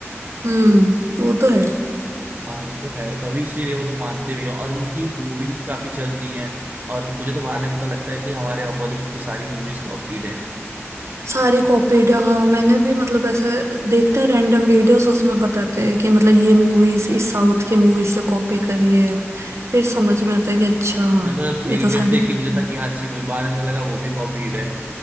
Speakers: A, on the right; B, on the right.
A: हम्म वो तो है
B: हाँ ये तो है तभी इसीलिए वो लोग मानते भी हैं और उनकी मूवी भी काफी चलती हैं और मुझे तो बाद में पता लगता है कि हमारे बॉलीवुड की सारी मूवीज कॉपीड है
A: सारी कॉपीड हाँ मैंने भी मतलब ऐसा देखते हैं रैंडम वीडियोस उसमें बताते हैं कि मतलब ये मूवीज इस साउथ के मूवीज से कॉपी करी है फिर समझ में आता है कि अच्छा
B: मैं तो जब थ्री
A: ये
B: इडियट्स
A: तो सारी
B: देखी
A: copy
B: मुझे था
A: है।
B: कि हाँ अच्छी मूवी बाद में पता लगा वो भी कॉपीड है